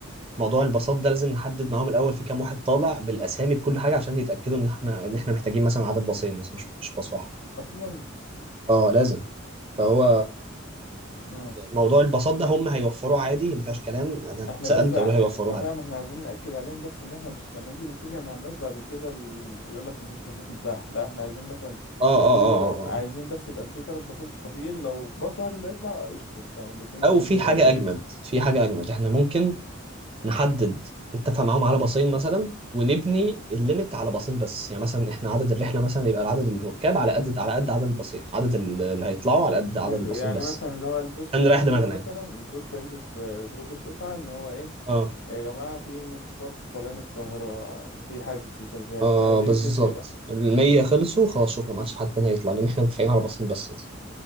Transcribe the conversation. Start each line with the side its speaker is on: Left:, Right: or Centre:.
Right: موضوع الباصات ده لازم نحدد معاهم الاول في كام واحد طالع بالاسامي بكل حاجه عشان يتاكدوا ان احنا ان احنا محتاجين مثلا عدد باصين مثلا مش مش باص واحد
Left: أصلا
Right: اه لازم فهو
Left: مم.
Right: موضوع الباصات ده هم هيوفروه عادي ما فيهاش كلام انا كنت
Left: احنا
Right: سالت
Left: بس ع-
Right: قالوا هيوفروه
Left: انت فاهم
Right: عادي
Left: احنا عايزين نأكد عليهم بس ان احنا مش هنجي نتفق مع الناس بعد كده ال... يقولك مفيش باصات متاحة لا احنا عايزين مثلا
Right: اه اه
Left: قول
Right: اه
Left: له
Right: اه آه.
Left: عايزين بس يبقى في ثلاث باصات فاضيين لو باص واحد اللي هيطلع قشطه التا- الاتنين التانيين
Right: آه. او في
Left: مش
Right: حاجه
Left: عايزين
Right: اجمد في حاجه اجمد احنا ممكن نحدد نتفق معاهم على باصين مثلا ونبني الليميت على باصين بس يعني مثلا احنا عدد الرحله مثلا يبقى عدد الركاب على قد على قد عدد الباصين عدد ال- اللي هيطلعوا على قد عدد
Left: حلو
Right: الباصين
Left: يعني
Right: بس
Left: مثلا اللي هو البوست
Right: عشان
Left: هينزل
Right: نريح دماغنا
Left: مثلا
Right: يعني
Left: البوست هينزل في جروب الدفعه ان هو ايه
Right: اه
Left: يا جماعه في 100 فرد طالعين القاهره في حجز شغال
Right: اه
Left: اللي عايز
Right: بالظبط
Left: يحجز يبقى
Right: ال 100 خلصوا خلاص شكرا ما عادش حد تاني هيطلع لان احنا متفقين على باصين بس انا